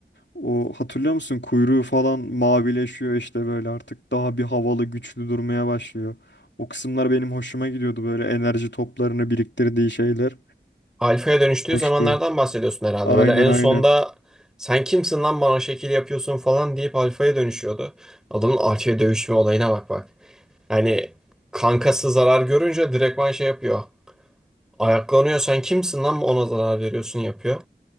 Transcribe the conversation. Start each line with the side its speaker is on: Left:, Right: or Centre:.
Left: O hatırlıyor musun? Kuyruğu falan mavileşiyor işte böyle artık daha bir havalı güçlü durmaya başlıyor. O kısımlar benim hoşuma gidiyordu böyle enerji toplarını biriktirdiği şeyler.
Centre: Alfa'ya dönüştüğü
Left: Hoştu.
Centre: zamanlardan bahsediyorsun herhalde.
Left: Aynen
Centre: Böyle en
Left: aynen.
Centre: sonda sen kimsin lan bana şekil yapıyorsun falan deyip alfaya dönüşüyordu. Adamın alfaya dövüşme olayına bak bak. Yani kankası zarar görünce direktman şey yapıyor. Ayaklanıyor sen kimsin lan ona zarar veriyorsun yapıyor.